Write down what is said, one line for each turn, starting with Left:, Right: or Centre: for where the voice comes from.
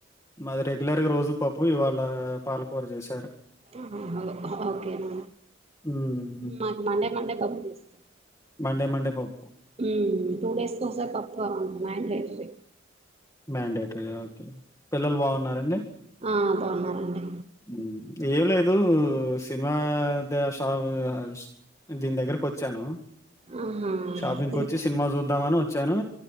Left: మాది రెగ్యులర్గ్ రోజు పప్పు ఇవాళ పాలకూర చేశారు.
Right: ఆహా ఓకే నండి
Left: ఉమ్
Right: మది మండే మండే పప్పు చేస్తాం.
Left: మండే మండే పప్పు
Right: ఉ ఉ టూ డేస్ ఒక్క సారి పప్పు మా ఇంట్లో ఎక్కువే
Left: మెండేటరీగా ఓకే పిల్లలు బాగున్నారండి
Right: ఆ బాగున్నారండి
Left: ఉ ఏమ్ లేదు సినిమా దేష సవనస్ దీని దగ్గరకి వచ్చాను
Right: ఆహా
Left: షాపింగ్కి
Right: తిన్-
Left: వచ్చి సినిమా చూద్దామని వచ్ వచ్చాను